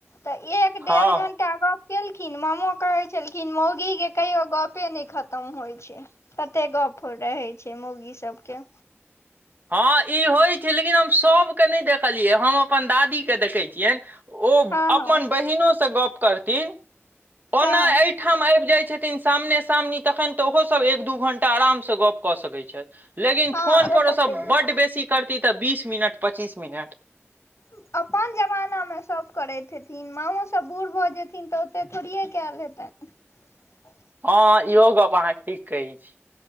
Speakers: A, on the left; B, on the right.
A: त एक
B: हँ
A: डेढ़ घंटा गप केल खिन, मामो कहै छलखिन मौगी के कहियो गपे नै खतम होइ छै, तते गप होय रहै छै मौगी सबके।
B: हँ ई होइ छै, लेकिन हम सभके नहि देखलियै हम अपन दादीके देखै छियनि ओ
A: हँ
B: अपन
A: हँ
B: बहिनो से गप करथिन,
A: हँ
B: ओना एहिठाम आबि जाय छथिन सामने सामनी तखैन त ओहो सब एक दू घंटा आराम स गप क सकै छथिन। छथि लेकिन
A: हँ
B: फोन
A: से
B: पर ओसभ
A: तऽ छैहे
B: बड बेसी करती ते बीस मिनट, पचीस मिनट।
A: <inaudible> अपन जमानामे सभ करैत हेथिन, माँओ सभ बूढ़ भ जेथिन त ओते थोड़े कयल हेतनि। <unintelligible>
B: हँ इहो गप अहाँ ठीक कहैत छी